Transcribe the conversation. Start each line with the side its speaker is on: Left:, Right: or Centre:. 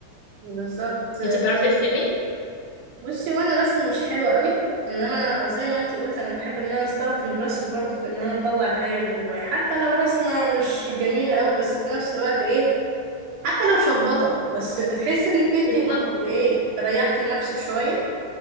Right: بالظبط
Left: انتي بتعرفي ترسمي
Right: بصي وانا رسم مش حلو قوي انما أنا زي ما انتي قلت انا بحب ان انا استخدم الرسم برضو في ان انا اطلع الحاجة اللي جواي حتى لو رسمة مش جميلة قوي بس في نفس الوقت ايه حتى لو شخبطة بس بتحسي انك انتي
Left: بالظبط
Right: برضو ايه ريحتي نفسك شوية